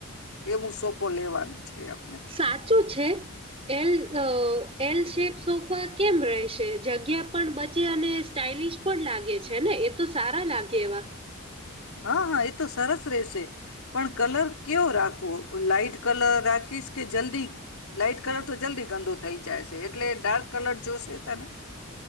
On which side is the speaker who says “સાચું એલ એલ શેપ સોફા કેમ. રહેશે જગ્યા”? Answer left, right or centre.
Right